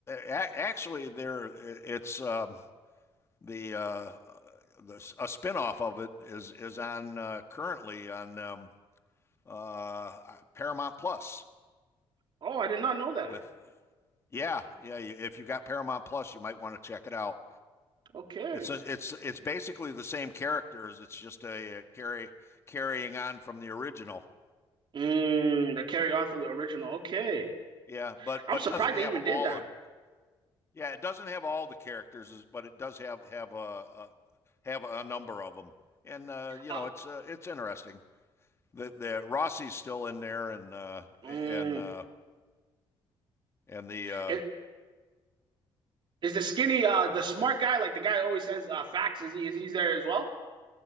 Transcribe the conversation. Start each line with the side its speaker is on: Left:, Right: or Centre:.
Left: actually there. It's um, the uh, the a spinoff of it is is on uh, currently on um, uh, Paramount Plus
Right: Oh, I did not know that.
Left: with yeah yeah. If you got Paramount Plus, you might want to check it out.
Right: Okay.
Left: It's a, it's it's basically the same characters. It's just a, a carry carrying on from the original.
Right: Mm, the carry on from the original. Okay.
Left: Yeah, but
Right: I'm
Left: but
Right: surprised
Left: doesn't have
Right: they even
Left: all
Right: did that.
Left: of yeah, it doesn't have all the characters, but it does have have a, a have a number of them. And uh, you
Right: Uh,
Left: know, it's uh, it's interesting. The the Rossi's still in there, and uh,
Right: mm,
Left: and uh, and the uh,
Right: it, is, the skinny, uh, the smart guy, like the guy always says, uh, facts, is he, is he there as well?